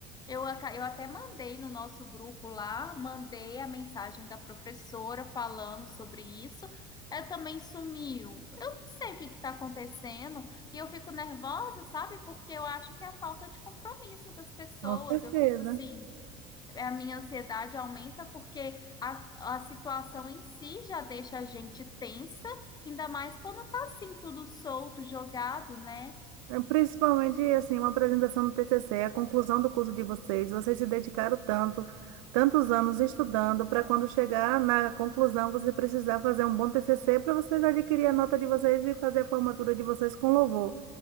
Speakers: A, on the left (about 25°); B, on the right (about 85°).
A: eu, aca- eu até mandei no nosso grupo lá, mandei a mensagem da professora falando sobre isso. Ela também sumiu. Eu não sei o que está acontecendo e eu fico nervosa, sabe? Porque eu acho que é a falta de compromisso das pessoas.
B: Com certeza.
A: Eu fico assim. É, a minha ansiedade aumenta porque a, a situação em si já deixa a gente tensa, ainda mais quando tá assim, tudo solto, jogado, né?
B: É, Principalmente, assim, uma apresentação do TCC, a conclusão do curso de vocês, vocês se dedicaram tanto, tantos anos estudando, para quando chegar na conclusão, você precisar fazer um bom TCC para vocês adquirir a nota de vocês e fazer a formatura de vocês com louvor.